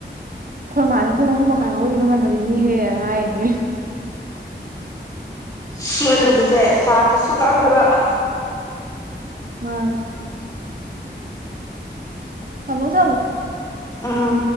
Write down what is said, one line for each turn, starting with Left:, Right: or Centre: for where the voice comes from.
Right: ꯈꯣꯏ ꯃꯥꯅ ꯄꯨꯡ ꯑꯍꯨꯝ ꯃꯈꯥꯏ ꯍꯧꯒꯠꯂꯤꯗꯣ ꯉꯟꯃꯜꯂꯤꯅꯦꯍꯦ ꯍꯥꯏꯅꯤ ꯀꯩꯅꯣ
Left: ꯁꯣꯏꯅ ꯎꯗꯁꯦ ꯄꯥꯠꯇꯁꯨ ꯉꯥꯡꯗꯔ <unintelligible>
Right: ꯃꯥꯅꯦ ꯊꯃꯣ ꯊꯃꯣ
Left: ꯑꯥ